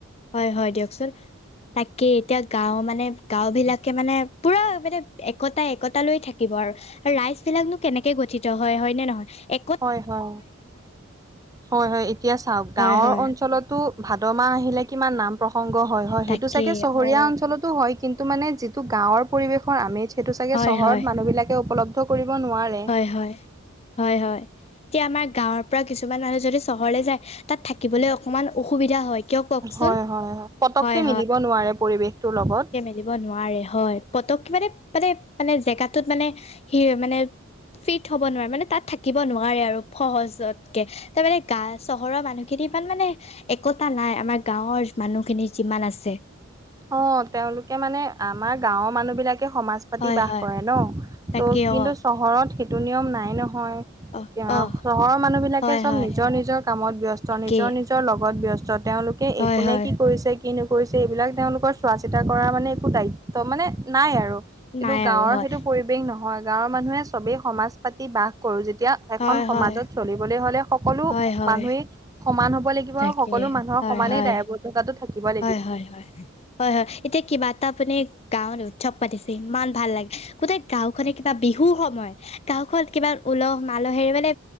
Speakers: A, on the left; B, on the right.
A: হয় হয় দিয়কচোন। তাকেই, এতিয়া গাঁও মানে গাঁও বিলাকে মানে পুৰা মানে একতাই একতা লৈ থাকিব আৰু। ৰাইজ বিলাকনো কেনেকে গঠিত হয় হয় নে নহয়? এ
B: হয় হয়। হয় হয়। এতিয়া চাওক
A: হয়
B: গাঁৱৰ
A: হয়
B: অঞ্চলত টো ভাদ মাহ আহিলে কিমান নাম প্ৰসংগ হয় হয়,
A: তাকে
B: সেইটো চাগে চহৰীয়া
A: অ
B: অঞ্চলত হয় কিন্তু মানে যিটো গাঁৱৰ পৰিবেশৰ আমেজ সেইটো চাগে
A: হয়
B: চহৰত
A: হয়
B: মানুহ বিলাকে উপলব ত কৰিব নোৱাৰে
A: হয়, হয় হয়। এতিয়া আমাৰ গাঁৱৰ পৰা কিছুমান মানুহ যদি চহৰলৈ যায়, তাত থাকিবলৈ অকমান অসুবিধা হয়। কিয় কওকচোন
B: হয় হয় হয়। পটককে
A: হয়
B: মিলিব নোৱাৰে পৰিৱেশটোৰ লগত।
A: দিব নোৱাৰে হয়। পতককে মানে মানে মানে জেগাটোত মানে সি মানে, ফিট হ'ব নোৱাৰে, মানে তাত থাকিব নোৱাৰে আৰু সহজতকে। তাৰমানে গা চহৰৰ মানুহখিনি ইমান মানে একতা নাই আমাৰ গাঁৱৰ মানুহখিনি যিমান আছে।
B: অ তেওঁলোকে মানে আমাৰ গাঁওৰ মানুহ বিলাকে সমাজ পাতি
A: হয়
B: বাস
A: হয়
B: কৰে ন।
A: তাকে
B: ত' কিন্তু
A: অ
B: চহৰত সেইটো নিয়ম নাই নহয়। কি
A: অ
B: আও,
A: অ
B: চহৰৰ মানুহ বিলাকে
A: হয়
B: চব
A: হয়
B: নিজৰ নিজৰ কামত ব্যস্ত,
A: তাকে
B: নিজৰ নিজৰ ত লগত ব্যস্ত। তেওঁলোকে
A: হয়
B: এ কোনে
A: হয়
B: কি কৰিছে, কি নকৰিছে সেইবিলাক, তেওঁলোকৰ চোৱা চিতা কৰা মানে একো দায়িত্ব মানে নাই আৰু। কিন্তু
A: নাই
B: গাঁৱৰ
A: আৰু হয়
B: সেইটো পৰি ৱেশ নহয়। গাঁৱৰ মানুহে চবেই সমাজ পাতি বাস কৰো, যেতিয়া এখন
A: হয়
B: সমাজত
A: হয়
B: চলিবলৈ হ'লে, সকলো
A: হয় হয়
B: মানুহেই সমান হ'ব লাগিব,
A: তাকে
B: আৰু সকলো মানুহৰ
A: হয়
B: সমানেই
A: হয়
B: দায়বদ্ধতাটো থাকিব ল
A: হয় হয় হয়, হয় হয়, এতিয়া কিবা এটা আপুনি গাঁৱত উৎসৱ পাতিছে, ইমান ভাল লাগে। গোটেই গাওখনে কিবা বিহুৰ সময়। গাঁওখন কিমান উলহ মালহেৰে মানে